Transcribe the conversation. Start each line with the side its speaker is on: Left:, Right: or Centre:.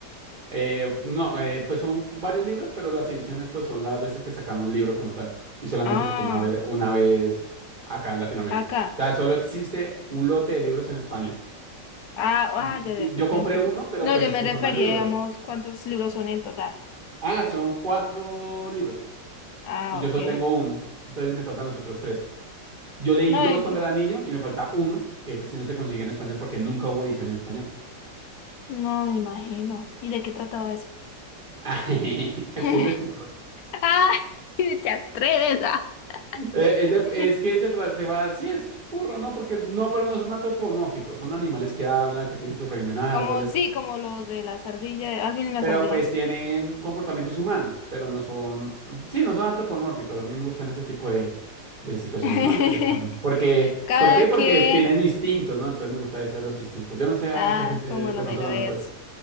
Right: Eh, no, eh, pues son varios libros, pero las ediciones pues son las veces que sacaron un libro como tal y solamente
Left: Ah,
Right: sacó una vez, una vez acá en Latinoamérica.
Left: acá.
Right: O sea, solo existe un lote de libros en español.
Left: Ah,
Right: Y-
Left: ah, ya,
Right: Yo,
Left: ya, ya
Right: yo
Left: te
Right: compré
Left: entendí.
Right: uno, pero
Left: No,
Right: pues
Left: yo
Right: es
Left: me
Right: que
Left: refería,
Right: son más libros.
Left: digamos, cuántos libros son en total.
Right: Ah, son cuatro libros
Left: Ah,
Right: y yo
Left: ok.
Right: solo tengo uno, entonces me faltan los otros tres. Yo leí
Left: No,
Right: dos
Left: y-
Right: cuando era niño y me falta uno, que ese sí no se consigue en español porque nunca hubo edición en español. <laughs>
Left: no me imagino. ¿Y de qué trataba eso?
Right: Ah, Es
Left: <laughs>
Right: que es de furros.
Left: Ah, te atreves ah.
Right: Eh, es, de-
Left: <laughs>
Right: es que se, tra- se va, sí es burro, ¿no? Porque es- no, pero no son antropomórficos, son animales que hablan, que tienen su reino en árboles,
Left: Como, sí, como los de las ardillas, Alvin y las
Right: pero
Left: ardillas.
Right: pues tienen comportamientos humanos, pero no son, sí, no son antropomórficos. A mí me gustan ese tipo de, de situaciones,
Left: <laughs>
Right: ¿no? Que los- porque,
Left: Cada
Right: ¿por qué? Porque
Left: quien.
Right: tienen instintos, ¿no? Entonces me gusta eso de los instintos. Yo no sé,
Left: Ah,
Right: a mucha gente
Left: como el
Right: de
Left: Omegaverse.
Right: pronto también pues,